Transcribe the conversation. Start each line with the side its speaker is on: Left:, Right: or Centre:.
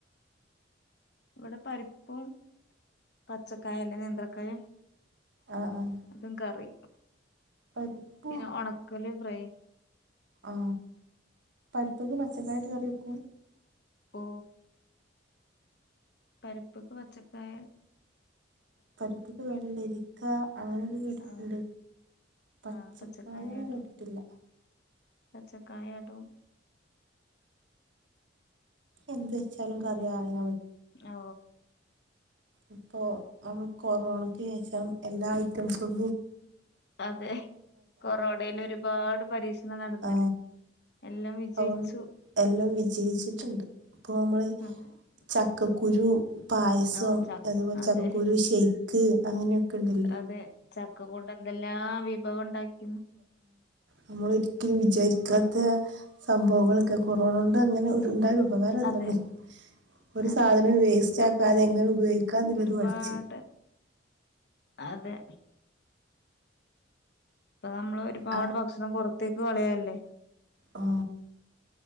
Left: ഇവിടെ പരിപ്പും പച്ചക്കായ അല്ലേ നേന്ത്രക്കായും
Right: ആഹ് ആഹ്
Left: അതും കറി
Right: പരിപ്പും
Left: പിന്നെ ഉണക്കല് ഫ്രൈ
Right: ആ പരിപ്പക്ക് പച്ചക്കായിട്ട് കറി വക്കും
Left: ഓ പരിപ്പൊക്ക് പച്ചക്കായാൽ
Right: പരിപ്പക്ക് വെള്ളരിക്ക അങ്ങനെയൊക്കെ കേട്ടിട്ടുണ്ട്
Left: ആഹ്
Right: പച്ചക്കായ
Left: ആഹ്
Right: അങ്ങനെ
Left: ഇടും
Right: കേട്ടിട്ടില്ല
Left: പച്ചക്കായ ഇടും
Right: എന്ത് <unintelligible>
Left: ഓ
Right: ഇപ്പൊ കൊറോണ അത് ശേഷം എല്ലാ ഐറ്റംസും
Left: അതെ കൊറോണൽ ഒരുപാട് പരീക്ഷണം നടന്നില്ലേ
Right: ആ
Left: എല്ലാം വിജയിച്ചു
Right: അൾ എല്ലാം വിജയിച്ചിട്ടുണ്ട് ഇപ്പ നമ്മള്
Left: അതെ
Right: <unintelligible> പായസം
Left: ഓ ച
Right: അതുപോലെ
Left: അതെ
Right: ചകക്കൂരു ക്ക് അങ്ങനെയൊക്കെ കണ്ടല്ലോ
Left: അതെ ചക്ക കൊണ്ട് എന്തെല്ലാം വിഭവം ഉണ്ടാക്കിന്ന്
Right: നമ്മൾ ഒരിക്കലും വിചാരിക്കാത്ത സംഭവങ്ങളൊക്കെ കൊറോണണ്ട് അങ്ങനെ ഉണ്ടായരു ഉപകാരത്തണ്ട്
Left: അതെ
Right: ഒരു
Left: അതെ
Right: സാധനം വേസ്റ്റ് ആക്കാതെ എങ്ങനെ ഉപയോഗിക്കാ എന്നുള്ളത്
Left: ഒരുപാട്
Right: പഠിച്ച്
Left: അതെ ഇപ്പ നമ്മള് ഒരുപാട്
Right: ആ
Left: ഭക്ഷണം ത്തേക്ക് കളയല്ലേ
Right: ആ